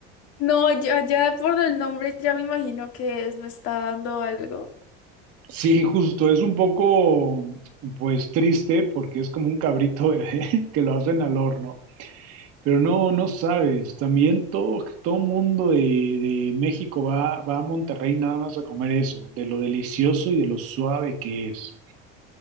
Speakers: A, on the left; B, on the right.
A: no, ya, ya por el nombre ya me imagino que es, me está dando algo.
B: sí, justo, es un poco, pues, triste porque es como un cabrito bebé <laughs> que lo hacen al horno. Pero no, no sabes, también todo, todo mundo de, de México va, va a Monterrey nada más a comer eso, de lo delicioso y de lo suave que es.